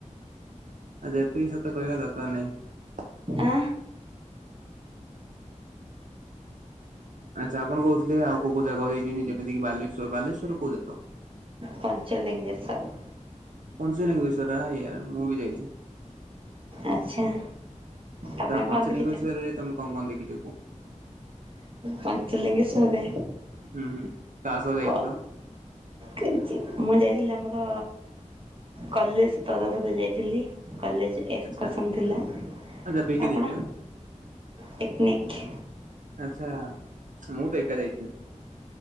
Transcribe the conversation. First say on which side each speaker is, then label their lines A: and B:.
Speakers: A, on the right (about 80°); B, on the right (about 45°).
A: ଆ ଯେ ଏତିକି ସତ କହିବା ଦରକାର ନାହିଁ।
B: ଆ।
A: ଆଚ୍ଛା ଆପଣ କହୁଥିଲେ ଆଉ କୋଉ କୋଉ ଜାଗା ଯାଇଛନ୍ତି। ଯେମିତିକି ବାଲେଶ୍ୱର, ବାଲେଶ୍ଵରର କୋଉ ଜାଗାକୁ?
B: ପଞ୍ଚଲିଙ୍ଗେସର୍।
A: ପଞ୍ଚଲିଙ୍ଗେଶ୍ଵର ଆଇ ଆ ମୁଁ ବି ଯାଇଛି।
B: ଆଚ୍ଛା। ଆପଣ
A: ତ ପଞ୍ଚଲିଙ୍ଗେଶ୍ଵରରେ
B: କଣ ଦେଖିଛନ୍ତି
A: ତମେ କଣ କଣ ଦେଖିଛି କୁହ?
B: ପଞ୍ଚଲିିଙ୍ଗେଶ୍ୱରରେ।
A: ହୁଁ ହୁଁ କାହା ସହ ଯାଇଥିଲ?
B: କ କି ମୁଁ ଯାଇଥିଲି। ମୋର କଲେଜ ତରଫରୁ ଯାଇଥିଲି କଲେଜ ଏକ୍ସକର୍ସନ୍
A: ଆଚ୍ଛା
B: ଥିଲା,
A: ଆଚ୍ଛା ପିକନିକ୍
B: ଆପଣ ପିକନିକ୍?
A: ଆଚ୍ଛା ମୁଁ ତ ଏକା ଯାଇଥିଲି।